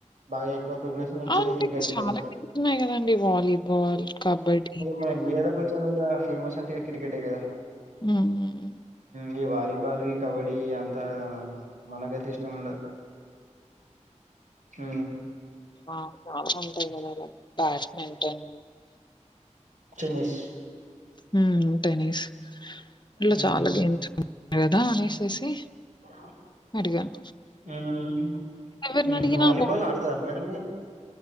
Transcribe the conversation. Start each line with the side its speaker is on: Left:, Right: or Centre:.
Right: బా <unintelligible> ప్రిపరేషన్ంచిేది
Left: ఆ! అంటే
Right: క్రికెట్
Left: చాలా
Right: కదా
Left: గేమ్స్ ఉన్నాయి గదండీ! వాలీబాల్, కబడ్డీ.
Right: మన ఇండియాలో కొంచెం ఇగ ఫేమస్ అంటే క్రికెట్ కదా
Left: హ్మ్.
Right: ఫుట్బాల్ ఇ కబడ్డీ అంతా మనకైతే ఇష్టం ఉండదు హ
Left: ఆ చాలా ఉంటాయి కదా అలా బ్యాడ్మింటన్
Right: టెన్నిస్
Left: హమ్ టెన్నిస్ ఇట్లా
Right: ఉమ్,
Left: చాలా గేమ్స్ ఉంటాయి కదా అనేసేసి
Right: <unintelligible>
Left: అడిగాను. ఎవరినడిగినా
Right: ఉహు వాలిబాల్
Left: బా
Right: ఆడతారా మేడమ్ మీరు